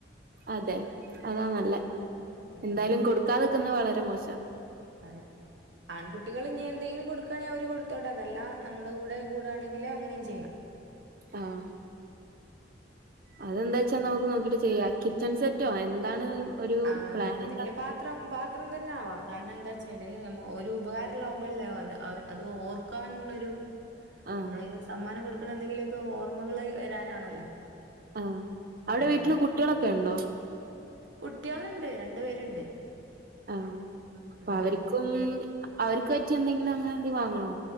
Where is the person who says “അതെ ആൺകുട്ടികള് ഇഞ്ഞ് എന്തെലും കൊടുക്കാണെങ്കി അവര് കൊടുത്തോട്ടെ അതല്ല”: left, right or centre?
Right